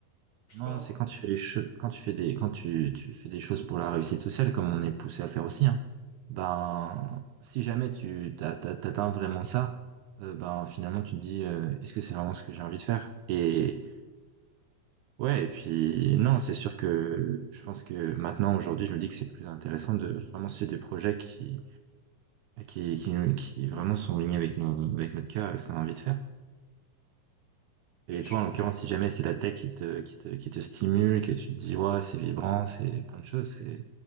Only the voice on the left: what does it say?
Je
sais pas, hein.
Mais
je
suis plus,
je-